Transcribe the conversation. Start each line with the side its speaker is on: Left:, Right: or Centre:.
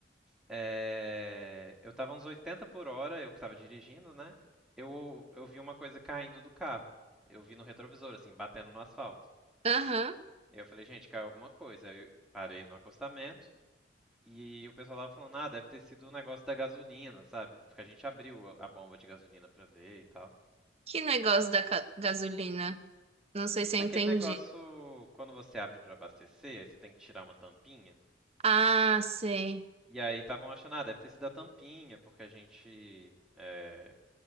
Centre: É, eu tava uns 80 por hora, eu que tava dirigindo, né? Eu, eu vi uma coisa caindo do carro. Eu vi no retrovisor, assim, batendo no asfalto.
Right: Aham.
Centre: Eu falei, gente, caiu alguma coisa. Aí eu parei no acostamento, E o pessoal tava falando, ah, deve ter sido o negócio da gasolina, sabe? Porque a gente abriu a bomba de gasolina pra ver e tal.
Right: Que negócio da ca- gasolina? Não sei se eu
Centre: Aquele
Right: entendi.
Centre: negócio, quando você abre pra abastecer, aí você tem que tirar uma tampinha.
Right: Ah, sei.
Centre: E aí estavam achando, ah, deve ter sido a tampinha, porque a gente é,